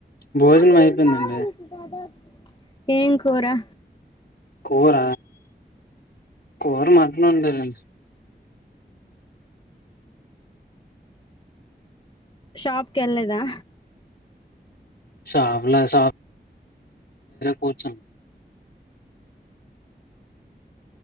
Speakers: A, on the left; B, on the left.
A: భోజనం
B: అక్కడ
A: అయిపోయిందండి
B: బాగా దదా ఏం కోరా
A: కూర కూర మాట్లో ఉండారండి
B: షాప్ క ఎళ్ల్దా
A: షబ్లా సార కూర్చు